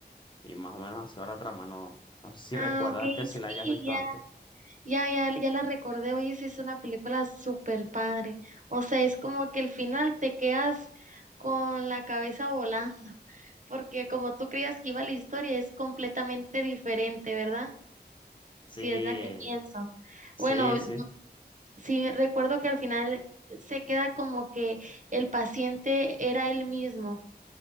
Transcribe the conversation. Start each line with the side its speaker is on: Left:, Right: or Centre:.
Left: Y más o menos así va la trama, no, no sé si
Right: Ah,
Left: recuerdas
Right: ok,
Left: que si
Right: sí,
Left: la hayas visto
Right: ya,
Left: antes.
Right: ya, ya, ya la recordé. Oye, sí, es una película súper padre. O sea, es como que el final te quedas con la cabeza volando, <laughs> porque como tú creías que iba la historia, es completamente diferente, ¿verdad?
Left: Sí,
Right: Si es la que pienso.
Left: sí,
Right: Bueno,
Left: sí,
Right: Sí, recuerdo que al final se queda como que el paciente era él mismo.